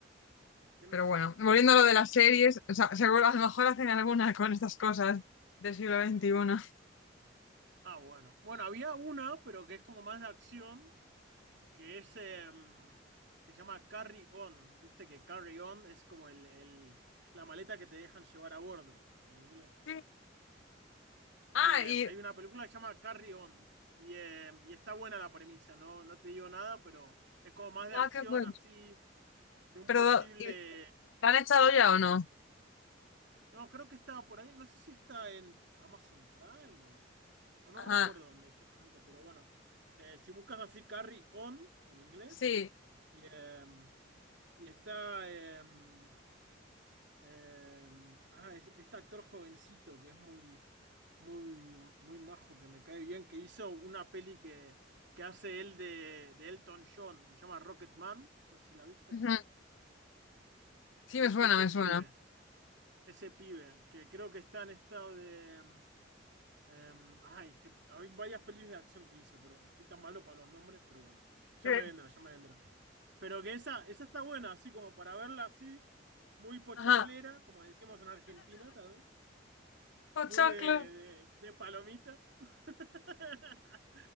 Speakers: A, on the right; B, on the left.
A: Es que no
B: Pero
A: sé,
B: bueno, volviendo
A: no sé. a
B: a lo de las series, o sea, seguro a lo mejor hacen alguna con estas cosas del siglo veintiuno
A: Ah, bueno. Bueno, había una, pero que es como más de acción, que es em, que se llama Carry On. Viste que Carry On es como el, el- la maleta que te dejan llevar a bordo en inglés.
B: Sí. Ah,
A: Y em,
B: y,
A: hay una película que se llama Carry On. Y, em, y está buena la premisa, ¿no? No te digo nada, pero es como más de
B: ah,
A: acción,
B: qué bueno.
A: así, de un
B: Pero,
A: posible
B: ¿y ¿la han echado ya o no?
A: No, creo que estaba por ahí. No sé si está en Amazon Prime o, o no
B: Ajá,
A: recuerdo dónde exactamente, pero bueno. Eh, si buscas así Carry On en inglés,
B: sí.
A: y, em, y está em, em, ah, es- este actor jovencito que es muy, muy, muy majo, que me cae bien, que hizo una peli que, que hace él de, de Elton John, que se llama Rocketman. No sé si la viste.
B: Ujú. Sí,
A: E-
B: me suena,
A: ese
B: me
A: pibe,
B: suena.
A: ese pibe, que creo que está en estado de. em, Em, ay, je- hay varias pelis de acción que hizo, pero soy tan malo para los nombres, pero bueno, ya
B: Sí.
A: me vendrá, ya me vendrá. Pero que esa, esa está buena, así como para verla así, muy pochoclera,
B: Ajá,
A: como decíamos en Argentina, tal vez,
B: pochoclo.
A: muy de, de- de palomita. <laughs>